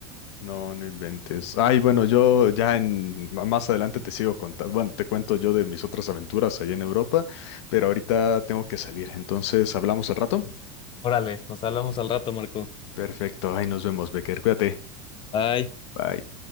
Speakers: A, on the left; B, on the left.
A: No, no inventes. Ay, bueno, yo ya en ma- más adelante te sigo contando. Bueno, te cuento yo de mis otras aventuras allá en Europa, pero ahorita tengo que salir. Entonces, ¿hablamos al rato?
B: Órale, nos hablamos al rato, Marco.
A: Perfecto. Ay, nos vemos, Becker. Cuídate.
B: Bye.
A: Bye.